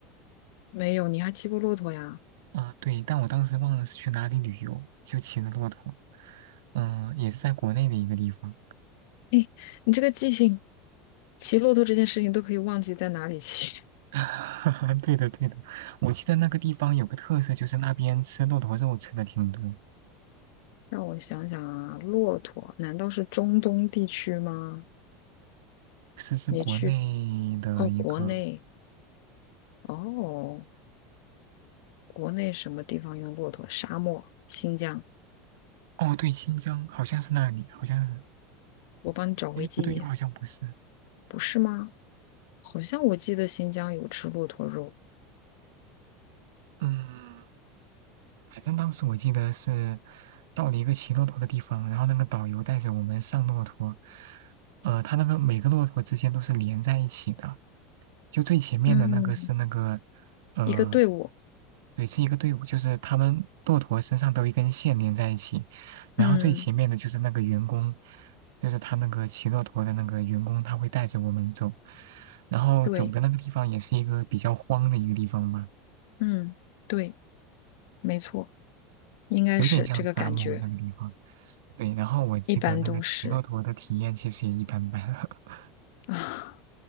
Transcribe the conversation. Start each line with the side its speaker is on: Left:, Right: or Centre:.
Left: 没有，你还骑过骆驼呀？
Right: 啊、对，但我当时忘了是去哪里旅游，就骑的骆驼。嗯、也是在国内的一个地方。
Left: 诶，你这个记性，骑骆驼这件事情都可以忘记在哪里骑。
Right: <laughs> 对的，对的，我记得那个地方有个特色，就是那边吃骆驼肉吃的挺多，
Left: 让我想想啊，骆驼难道是中东地区吗？
Right: 是是国内的一个。
Left: 你去哦，国内哦，国内什么地方用骆驼？沙漠，新疆。
Right: 哦，对，新疆好像是那里，好像是。
Left: 我帮你找回记忆，
Right: 哎，不对，又好像不是。
Left: 不是吗？好像我记得新疆有吃骆驼肉。
Right: 嗯。反正当时我记得是到了一个骑骆驼的地方，然后那个导游带着我们上骆驼，呃，他那个每个骆驼之间都是连在一起的，就最前面的那个是那个，
Left: 嗯，
Right: 呃，
Left: 一个队伍。
Right: 对，是一个队伍，就是他们骆驼身上都有一根线连在一起，然后最前面的就是那个员工，
Left: 嗯，
Right: 就是他那个骑骆驼的那个员工，他会带着我们走，然后走的那个地方也是一个比较荒的一个地方吧，
Left: 对，嗯，对，没错，应该是这个感觉，
Right: 有点像沙漠那个地方。对，然后我记得那个骑骆驼的体验其实也一般般。
Left: 一般都是
Right: <laughs>
Left: 啊。